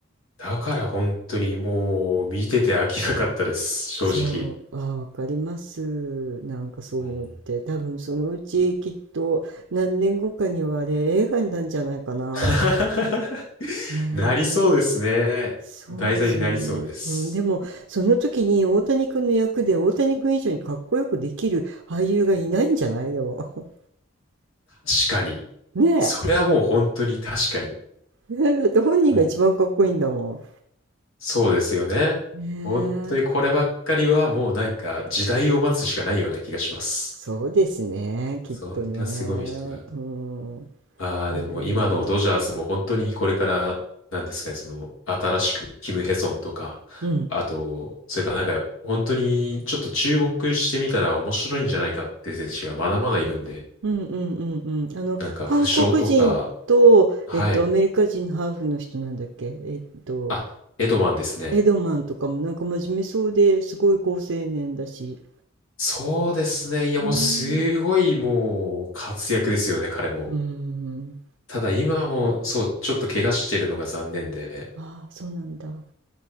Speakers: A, on the left; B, on the right.
A: だから本当にもう見てて飽きなかったです、正直。
B: そう、あーわかります。なんかそういうのって、
A: うん
B: 多分そのうちきっと何年後かにはあれ映画になるんじゃないかな。
A: <laughs>
B: ね
A: なりそうですね。
B: え。そうですよね。
A: 題材になりそうです。
B: うん、でも、その時に大谷君の役で大谷君以上にかっこよくできる俳優がいないんじゃないでも。
A: 確かに。
B: <laughs> ね
A: それはもう本当に確かに。
B: え。<laughs> ねえだって本人が一番かっこいいんだも
A: もうそうですよね。
B: ん。ねえ。
A: 本当にこればっかりはもうなんか時代を待つしかないような気がします。
B: そうですね、きっとね。
A: そんなすごい人が。
B: うん。
A: ああ、
B: いやいやいや。
A: でも今のドジャースも本当にこれから、なんですかね、その新しくキム・ヘソンとか、
B: うん。
A: あと、それからなんか本当にちょっと注目してみたら面白いんじゃないかって選手がまだまだいるんで、
B: うんうんうんうん。あの、
A: なんか負傷とか、
B: 韓国人と、
A: はい。
B: えっと、アメリカ人のハーフの人なんだっけえっと、
A: あ、エドマンですね。
B: エドマンとかもなんか真面目そうですごい好青年だし。
A: そうですね。いやもうすごいもう活躍ですよね、
B: ね
A: 彼も。
B: え。うん。
A: ただ今はもう、そう、ちょっと怪我してるのが残念で、
B: ああ、そうなんだ。は